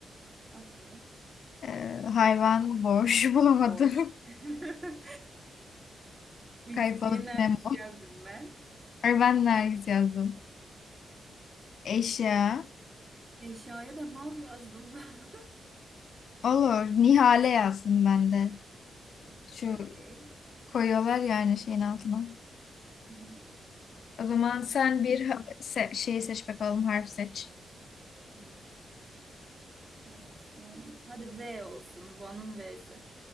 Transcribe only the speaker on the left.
Ee, hayvan boş <laughs> bulamadım.
Kayıp balık
Nemo.
Ay, Ben Nergis yazdım. Eşya.
Olur. Nihale yazdım ben de.
Şu
koyuyorlar yani şeyin altına.
O zaman sen bir ha- se- şeyi seç bakalım. Harf seç.